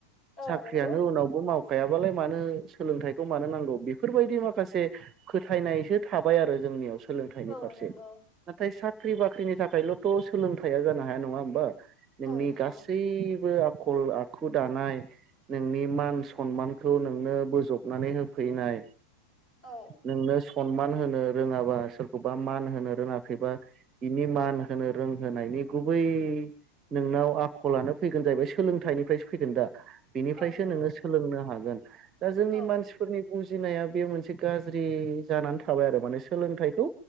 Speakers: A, on the left; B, on the right.
A: औ
B: साख्रियानो
A: नंगौ
B: उनावबो माव खायाबालाय मानो सोलोंथाइखौ मानो नांगौ बेफोरबायदि माखासे फोथायनायसो थाबाय आरो जोंनियाव सोलोंथाइनि
A: औ
B: फारसे
A: नंगौ
B: नाथाय स साख्रि बाख्रिनि थाखायल'थ' सोलोंथाइया जानो हाया नङा होमबा नोंनि
A: औ नंगौ
B: गासै आखल आखु दानाय नोंनि मान सनमानखौ नोंनो बोजबनानै होफै- -नाय‌
A: औ
B: नोंनो सनमान होनो रोङाबा सोरखौबा मान होनो रोङाखैबा बिनि मान होनो रोंहोनायनि गुबै नोंनाव आखलानो फैगोन जाहैबाय सोलोंथाइनिफ्रायसो फैगोन दा बिनिफ्रायसो
A: औ नंगौ
B: नोङो सोलोंनो हागोन दा जोंनि
A: औ
B: मानसिफोरनि बुजिनाया बे मोनसे गाज्रि जानानै थाबाय आरो माने सोलोंथाइखौ